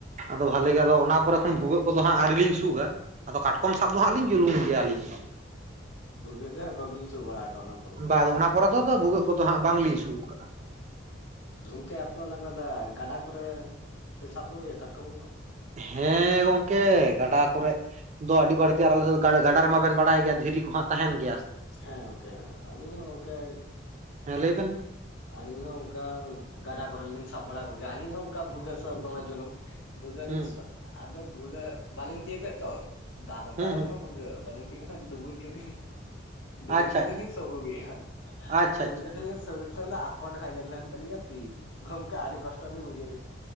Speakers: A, on the right (about 35°); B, on the left (about 80°).
A: ᱟᱫᱚ ᱵᱷᱟᱞᱤ
B: ᱦᱮᱸ
A: ᱜᱮ ᱟᱫᱚ ᱚᱱᱟ ᱯᱚᱨᱮ ᱠᱷᱚᱱ ᱵᱷᱩᱜᱟᱹᱜ ᱠᱚᱫᱚ ᱦᱟᱸᱜ ᱟᱹᱣᱨᱤ ᱞᱤᱧ ᱥᱩᱜᱟ ᱟᱫᱚ ᱠᱟᱴᱠᱚᱢ ᱥᱟᱵ ᱫᱚ ᱦᱟᱸᱜ ᱞᱤᱧ ᱡᱩᱞᱩᱢ ᱜᱮᱭᱟ ᱟᱹᱞᱤᱧ ᱫᱚ ᱾
B: ᱵᱷᱩᱜᱟᱹᱜ ᱫᱚ ᱦᱟᱸᱜ ᱵᱟᱵᱤᱱ ᱥᱩᱜ ᱵᱟᱲᱟ ᱟᱠᱣᱟᱼᱟ ᱚᱱᱟ ᱯᱚᱨᱮ
A: ᱦᱩᱸ
B: ᱠᱷᱚᱱ
A: ᱵᱟ
B: ᱾
A: ᱚᱱᱟ ᱯᱚᱨᱮ ᱫᱚ ᱵᱷᱩᱜᱟᱹᱜ ᱠᱚᱫᱚ ᱦᱟᱸᱜ ᱵᱟᱝᱞᱤᱧ ᱥᱩᱜ ᱟᱠᱟᱫᱼᱟ ᱾
B: ᱜᱚᱝᱠᱮ ᱟᱯᱮ ᱚᱱᱟ ᱠᱚᱨᱮ ᱜᱟᱰᱟ ᱠᱚᱨᱮ ᱯᱮ ᱥᱟᱵ ᱠᱚᱜᱮᱭᱟ ᱠᱟᱴᱠᱚᱢ ᱠᱚᱫᱚ?
A: ᱦᱮᱸ ᱜᱚᱝᱠᱮ ᱜᱟᱰᱟ ᱠᱚᱨᱮ ᱫᱚ ᱟᱹᱰᱤ ᱵᱟᱹᱲᱛᱤ ᱟᱨ ᱟᱞᱮ ᱫᱚ ᱜᱟᱰᱟ ᱨᱮᱢᱟᱵᱮᱱ ᱵᱟᱲᱟᱭ ᱜᱮᱭᱟ ᱫᱷᱤᱨᱤ ᱠᱚ ᱦᱟᱸᱜ ᱛᱟᱦᱮᱱ ᱜᱮᱭᱟ ᱥᱮ ᱾
B: ᱦᱮᱸ ᱜᱚᱝᱠᱮ ᱟᱹᱞᱤᱧ ᱦᱚᱸ ᱚᱱᱠᱮᱭ
A: ᱦᱮᱸ ᱞᱟᱹᱭ ᱵᱮᱱ
B: ᱟᱹᱞᱤᱧ ᱦᱚᱸ ᱚᱱᱠᱟ ᱜᱟᱰᱟ ᱠᱚᱨᱮ ᱞᱤᱧ ᱥᱟᱵ ᱵᱟᱲᱟ ᱠᱚᱜᱮᱭᱟ ᱟᱹᱞᱤᱧ ᱦᱚᱸ ᱚᱱᱠᱟ ᱵᱷᱩᱜᱟᱹᱜ ᱥᱟᱵ ᱫᱚᱢᱮ ᱡᱩᱞᱩᱝ ᱾ ᱵᱷᱩᱜᱟᱹᱜ ᱟᱹᱞᱤᱧ
A: ᱦᱩᱸ
B: ᱟᱫᱚ ᱵᱷᱩᱜᱟᱹᱜ ᱵᱟᱞᱤᱧ ᱛᱤᱭᱳ ᱠᱮᱫ ᱛᱚ ᱫᱟᱜ ᱞᱟᱛᱟᱨ
A: ᱦᱩᱸ
B: ᱨᱮᱢᱟ
A: ᱦᱩᱸ
B: ᱵᱷᱩᱜᱟᱹᱜ ᱵᱟᱞᱤᱧᱼᱼ <inaudible> ᱰᱩᱵᱩᱡ ᱠᱟᱛᱮ ᱜᱤᱧ ᱰᱩᱵᱡ
A: ᱟᱪᱪᱷᱟ
B: ᱠᱟᱛᱮ
A: ᱟᱪᱪᱷᱟ
B: ᱞᱤᱧ ᱥᱚᱜ ᱠᱚᱜᱮ ᱭᱟ᱾
A: ᱟᱪᱪᱷᱟ
B: ᱰᱩᱵᱩᱡ
A: ᱟᱪᱪᱷᱟ
B: ᱠᱟᱛᱮ ᱥᱩᱜᱮᱫ ᱠᱚ ᱟᱠᱚᱴᱮᱱ ᱛᱟᱞᱤᱧᱟ ᱛᱤᱼᱼ ᱜᱚᱝᱠᱮ ᱟᱰᱤ ᱠᱚᱥᱴᱚ ᱞᱤᱧ ᱵᱩᱡᱩᱨ ᱮᱱᱟ᱾